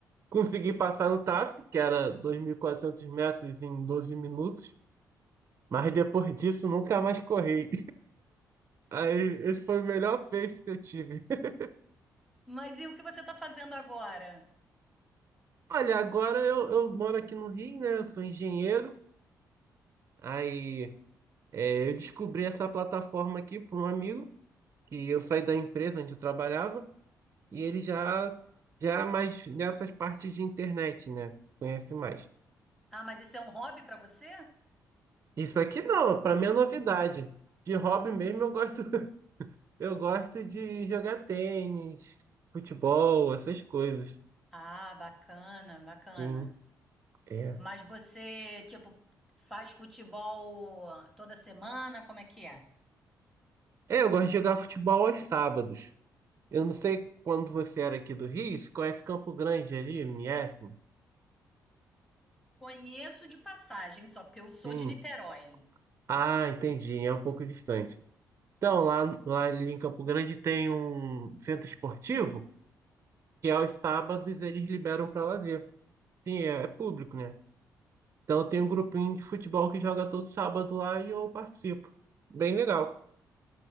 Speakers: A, on the right; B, in the centre.
A: Consegui passar no TAF, que era 2.400 metros em 12 minutos. Mas depois disso, nunca mais corri. Aí, esse foi o melhor peixe que eu tive. <laughs>
B: Mas e o que você está fazendo agora?
A: Olha, agora eu, eu moro aqui no Rio, né? Eu sou engenheiro. Aí, é, eu descobri essa plataforma aqui por um amigo, que eu saí da empresa onde eu trabalhava, e ele já, já é mais nessas partes de internet, né? Conhece mais.
B: Ah, mas isso é um hobby para você?
A: Isso aqui não, para mim é novidade. De hobby mesmo, eu gosto, <laughs> eu gosto de jogar tênis, futebol, essas coisas.
B: Ah, bacana, bacana.
A: Sim, é.
B: Mas você, tipo, faz futebol toda semana? Como é que é?
A: É, eu gosto de jogar futebol aos sábados. Eu não sei quando você era aqui do Rio, você conhece Campo Grande ali, M S.
B: Conheço de passagem só, porque eu sou
A: Sim.
B: de Niterói.
A: Ah, entendi, é um pouco distante. Então, lá, lá ali em Campo Grande tem um centro esportivo que é aos sábados eles liberam para lazer. Sim, é, é público, né? Então tem um grupinho de futebol que joga todo sábado lá e eu participo. Bem legal.